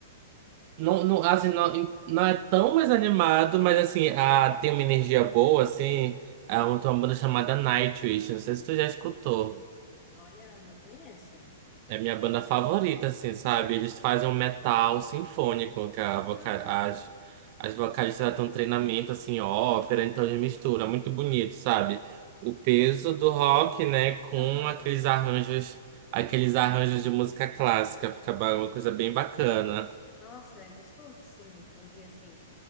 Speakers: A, on the right (about 45°); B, on the left (about 20°).
A: Não, não, assim, não, não é tão mais animado, mas assim, ah, tem uma energia boa, assim. É uma, tem uma banda chamada Nightwish, não sei se tu já escutou.
B: Olha, não conheço.
A: É a minha banda favorita, assim, sabe? Eles fazem um metal sinfônico, que a voca-
B: Ah,
A: as, as vocalistas elas têm um treinamento, assim, ópera, então eles misturam, é muito bonito, sabe? O peso do rock, né, com
B: aham.
A: aqueles arranjos, aqueles arranjos de música clássica, fica ba- uma coisa bem bacana.
B: Nossa, é gostoso, assim, ouvir assim.